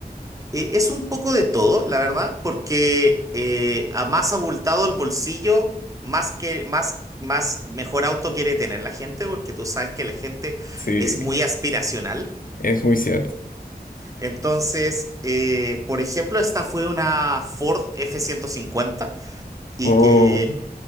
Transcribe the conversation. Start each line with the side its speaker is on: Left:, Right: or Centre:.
Right: e- es un poco de todo, la verdad, porque eh, a más abultado el bolsillo, más que, más, más mejor auto quiere tener la gente, porque tú sabes que la gente
Left: Sí,
Right: es muy aspiracional.
Left: es muy cierto.
Right: Entonces, eh, por ejemplo, esta fue una Ford f ciento cincuenta y
Left: Oh,
Right: que